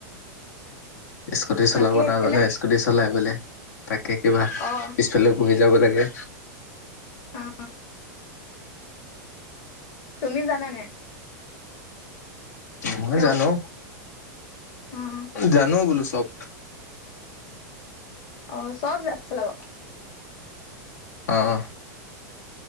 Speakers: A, on the left; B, on the left.
A: স্কুটি
B: বাকী
A: চলাব
B: সেইফালে
A: নাজানে স্কুটি চলাই বোলে, তাকে কিবা
B: অ
A: পিছফালে বহি যাব লাগে।
B: অ তুমি জানানে?
A: মই
B: হেল্ল'
A: জানোঁ,
B: অ
A: জানো বোলো চব।
B: অহ, চব <unintelligible>
A: অহ।